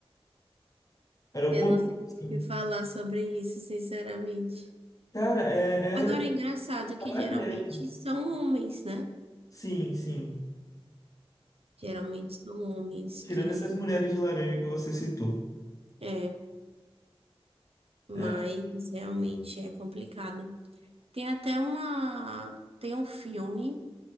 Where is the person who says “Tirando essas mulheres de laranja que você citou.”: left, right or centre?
Left